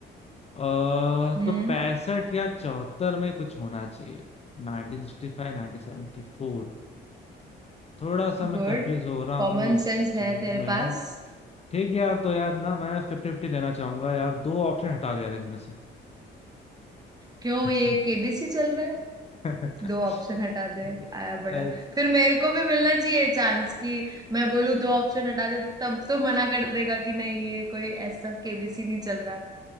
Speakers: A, on the left; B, on the right.
A: अ
B: हम्म
A: तो पैंसठ या चौहत्तर में कुछ होना चाहिए 1965 1974 थोड़ा सा मैं
B: गुड
A: कंफ्यूज हो रहा
B: कॉमन
A: हूँ इस
B: सेंस
A: चीज
B: है तेरे
A: में
B: पास
A: ठीक है यार तो यार ना मैं फिफ्टी फिफ्टी लेना चाहूंगा यार दो ऑप्शन हटा दे यार इनमें
B: क्यों ये
A: से
B: केबीसी चल रहा
A: <laughs>
B: दो ऑप्शन हटा दे आया
A: अच्छा
B: बड़ा फिर मेरे को भी मिलना चाहिए चांस कि मैं बोलूं दो ऑप्शन हटा दे तो तब तो मना कर देगा कि नहीं ये कोई ऐसा केबीसी नहीं चल रहा